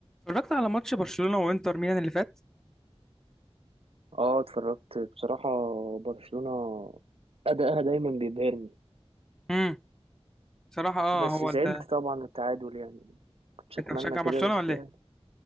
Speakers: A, in the centre; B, on the right.
A: اتفرجت على ماتش برشلونة وانتر ميلان اللي فات
B: اه اتفرجت بصراحة برشلونة أداءها دايما بيبهرني
A: امم بصراحة اه
B: بس
A: هو
B: زعلت
A: ال...
B: طبعا التعادل يعني كنتش
A: انت
B: أتمنى
A: بتشجع
B: كده
A: برشلونة
B: بس
A: ولا
B: يعني
A: ايه